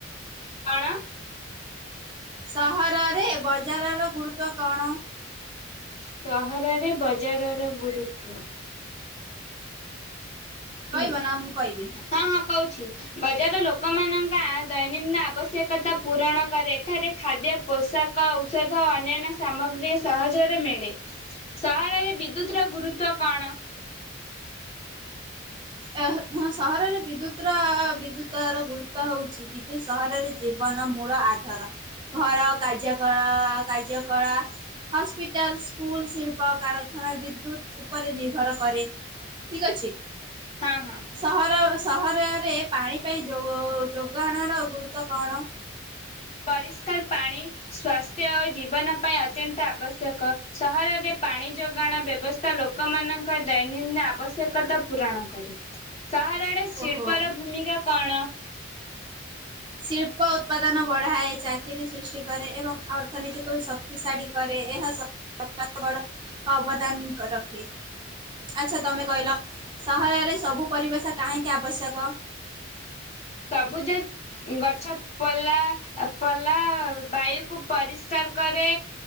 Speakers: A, on the left; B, on the right.
A: କଣ?
B: ସହରରେ ବଜାରର ଗୁରୁତ୍ଵ କଣ?
A: ସହରରେ ବଜାରର ଗୁରୁତ୍ଵ?
B: କହିବ
A: ହୁଁ
B: ନା ମୁଁ କହିବି?
A: ହଁ ହଁ କୋହୁଚି। ବଜାର ଲୋକମାନଙ୍କ ଆ ଦୈନନ୍ଦିନ ଆବଶ୍ୟକତା ପୂରଣ କରେ ଏଠାରେ ଖାଦ୍ୟ ପୋସ୍ ଷାକ, ଔଷଧ ଅନ୍ୟାନ୍ୟ ସାମଗ୍ରୀ ସହଜରେ ମିଳେ। ସହରରେ ବିଦ୍ୟୁତର ଗୁରୁତ୍ଵ କଣ?
B: ଏହେ ସହରରେ ବିଦ୍ୟୁତର ବିଦ୍ୟୁତର ଗୁରୁତ୍ଵ ହୋଉଛି କିନ୍ତୁ ସହରରେ ଜୀବ ମୂଳ ଆଧାର ଘର ଓ କାର୍ଯ୍ୟଳା କାର୍ଯ୍ୟକଳା ହସ୍ପିଟାଲ ସ୍କୁଲ ଶିଳ୍ପ କାରଖାନା ବିଦ୍ୟୁତ ଉପରେ ନିର୍ଭର କରେ। ଠିକ ଅଛି
A: ହଁ ହଁ
B: ସହର ସହରରେ ପାଣି ପାଇଁ ଯୋ-ଯୋଗାଣର ଗୁରୁତ୍ୱ କଣ?
A: ପରିଷ୍କାର ପାଣି ସ୍ଵାସ୍ଥ୍ୟ ଓ ଜୀବନ ପାଇଁ ଅତ୍ୟନ୍ତ ଆବଶ୍ୟକ ସହରରେ ପାଣି ଯୋଗାଣ ବ୍ୟବସ୍ଥା ଲୋକମାନଙ୍କ ଦୈନନ୍ଦିନ ଆବଶ୍ୟକତା ପୂରଣ କରେ। ସହରରେ ଶିଳ୍ପର
B: ଓହୋ।
A: ଭୂମିକା କଣ?
B: ଶିଳ୍ପ ଉତ୍ପାଦନ ବଢାଏ ଚାକିରିୀ ସୃଷ୍ଟି କରେ ଏବଂ ଅର୍ଥନୀତିକୁ ଶକ୍ତିଶାଳୀ କରେ। ଏହା ସ <unintelligible> ଅବଦାନ ରଖେ। ଆଛା ତମେ କହିଲ ସହରରେ ସବୁ ପରିବେଶ କାହିଁକି ଆବଶ୍ୟକ?
A: ସବୁଜ ଗଛ ପଲା ପଲା ବାୟୁକୁ ପରିଷ୍କାର କରେ